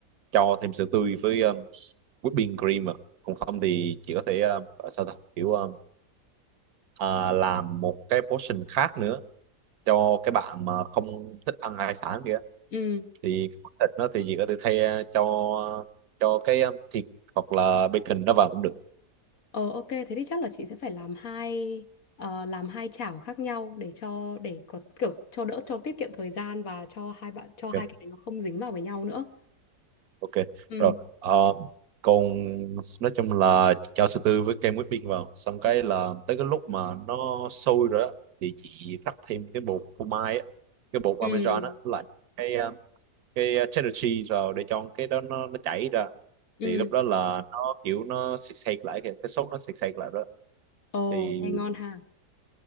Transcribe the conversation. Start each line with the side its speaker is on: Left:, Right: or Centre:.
Right: cho thêm sữa tươi với ờ, whipping cream à. còn không thì chị có thể ờ, sao ta kiểu ờ, ờ, làm một cái portion khác nữa cho cái bạn mà không thích ăn hải sản kìa
Left: Ừ.
Right: thì cái món thịt nó thì chị có thể thay ờ, cho cho cái ờ, thịt hoặc là bacon nó vào cũng được
Left: Ờ ok, thế thì chắc là chị sẽ phải làm hai ờ, làm hai chảo khác nhau để cho để có kiểu cho đỡ cho tiết kiệm thời gian và cho hai bạn cho
Right: Ok.
Left: hai cái này nó không dính vào với nhau nữa.
Right: ok
Left: Ừ.
Right: rồi Ờ, còn nói chung là chị cho sư tư với kem whipping vào xong cái là tới cái lúc mà nó sôi rồi á thì chị rắc thêm cái bột phô mai á cái bột
Left: Ừ.
Right: parmesan á với lại cái ờ, cái cheddar cheese vào để cho cái đó nó nó chảy ra
Left: Ừ.
Right: thì lúc đó là nó kiểu nó sệt sệt lại kìa cái sốt nó sệt sệt lại đó
Left: Ồ,
Right: thì
Left: nghe ngon ha.